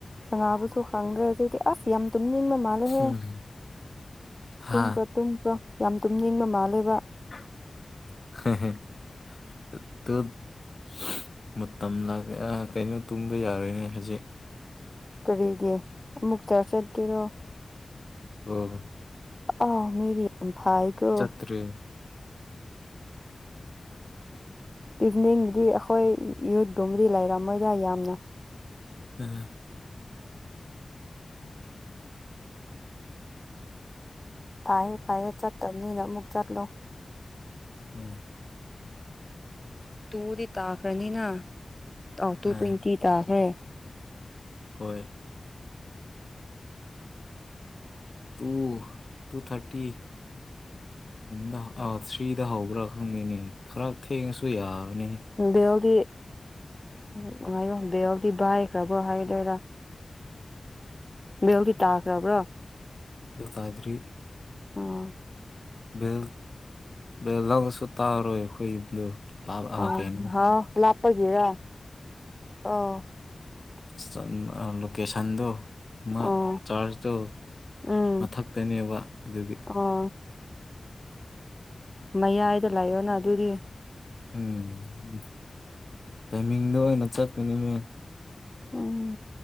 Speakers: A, on the left; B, on the left.
A: ꯁꯥꯅꯕꯨꯁꯨ ꯈꯪꯗ꯭ꯔꯦꯗꯗꯤ ꯑꯁ ꯌꯥꯝ ꯇꯨꯝꯅꯤꯡꯕ ꯃꯥꯜꯂꯦꯍꯦ
B: ꯎꯝ ꯍꯥ
A: ꯇꯨꯝꯈ꯭ꯔꯣ ꯇꯨꯝꯈ꯭ꯔꯣ ꯌꯥꯝ ꯇꯨꯝꯅꯤꯡꯕ ꯃꯥꯜꯂꯦꯕ
B: <unintelligible> ꯃꯇꯝ ꯂ ꯀꯩꯅꯣ ꯇꯨꯝꯕ ꯌꯥꯔꯣꯏꯅꯦ ꯍꯧꯖꯤꯛ
A: ꯀꯔꯤꯒꯤ ꯑꯃꯨꯛꯛꯇ ꯆꯠꯀꯦꯔꯣ
B: ꯑꯣ
A: ꯑ ꯃꯦ ꯐꯥꯏ ꯀꯣ
B: ꯇ꯭ꯔꯦ
A: ꯏꯚꯅꯤꯡꯗꯤ ꯑꯩꯈꯣꯏ ꯌꯨꯠꯀꯨꯝꯕꯗꯤ ꯂꯩꯔꯝꯃꯣꯏꯗ ꯌꯥꯝꯅ
B: ꯎꯝ
A: ꯐꯦ ꯐꯥꯏꯌꯦ ꯆꯠꯇ ꯃꯤꯅ ꯑꯃꯨꯛ ꯆꯠꯂꯣ
B: ꯎꯝ
A: ꯇꯨꯗꯤ ꯇꯥꯈ꯭ꯔꯅꯤꯅ ꯑ ꯇꯨ
B: ꯑꯥ
A: ꯇ꯭ꯋꯦꯟꯇꯤ ꯇꯥꯈ꯭ꯔꯦ
B: ꯍꯣꯏ ꯇꯨ ꯇꯨ ꯊꯥꯔꯇꯤ ꯗ ꯑꯥ ꯊ꯭ꯔꯤꯗ ꯍꯧꯕ꯭ꯔꯥ ꯈꯪꯗꯦꯅꯦ ꯈꯔ ꯊꯦꯡꯉꯁꯨ ꯌꯥꯔꯅꯤ
A: ꯕꯦꯜꯗꯤ ꯎ ꯍꯥꯏꯌꯣ ꯕꯦꯜꯗꯤ ꯚꯥꯏꯈ꯭ꯔꯕ꯭ꯔ ꯍꯥꯏ ꯂꯩꯔ ꯕꯦꯜꯒꯤ ꯇꯥꯈ꯭ꯔꯕ꯭ꯔꯣ
B: ꯕꯦꯜ ꯇꯥꯗ꯭ꯔꯤ
A: ꯑꯣ
B: ꯕꯦꯜ ꯕꯦꯜ ꯂꯧꯉꯁꯨ ꯇꯥꯔꯔꯣꯏ ꯑꯩꯈꯣꯏ ꯌꯨꯝꯗꯣ ꯂꯥꯞ ꯑꯥ
A: ꯑ
B: ꯀꯩꯅꯣ
A: ꯍ ꯂꯥꯛꯄꯒꯦꯔ ꯑꯥꯎ
B: <unintelligible> ꯂꯣꯀꯦꯁꯟꯗꯨ ꯑꯃ
A: ꯑꯣ
B: ꯆꯥꯔꯖꯇꯣ
A: ꯎꯝ
B: ꯃꯊꯛꯇꯅꯦꯕ ꯑꯗꯨꯒꯤ
A: ꯑꯣ ꯃꯌꯥꯏꯗ ꯂꯥꯛꯑꯣꯅ ꯑꯗꯨꯗꯤ
B: ꯎꯝ ꯎꯝ ꯇꯥꯏꯃꯤꯡꯗ ꯑꯣꯏꯅ ꯆꯠꯀꯅꯤꯅꯦ
A: ꯎꯝ